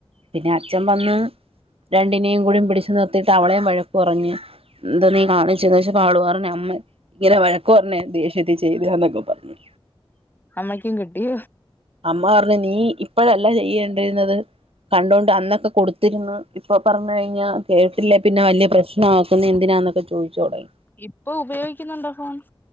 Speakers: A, on the right (about 80°); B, on the left (about 20°).
A: പിന്നെ അച്ഛൻ വന്ന് രണ്ടിനേം കൂടെ പിടിച്ച് നിർത്തിയിട്ട് അവളേയും വഴക്ക് പറഞ്ഞ് എന്താ നീ കാണിച്ചെന്ന് ചോയിച്ചപ്പോ അവളു പറഞ്ഞ് അമ്മ ഇങ്ങനെ വഴക്കു പറഞ്ഞ ദേഷ്യ ഷ്യതി ചെയ്തതാന്നൊക്കെ പറഞ്ഞു
B: അമ്മക്കും കിട്ടി
A: അമ്മ പറഞ്ഞു നീ ഇപ്പഴല്ല ചെയ്യേണ്ടിരുന്നത് കണ്ടോണ്ട് അന്നൊക്കെ കൊടുത്തിര്ന്ന് ഇപ്പൊ പറഞ്ഞു കഴിഞ്ഞാൽ കേട്ടില്ലേ പിന്നെ വല്യ പ്രശ്നം നാക്കുന്നെ എന്തിനാന്നൊക്കെ ചോദിച്ചൊടങ്ങി
B: ഇപ്പൊ ഉപയോഗിക്കുന്നുണ്ടോ ഫോൺ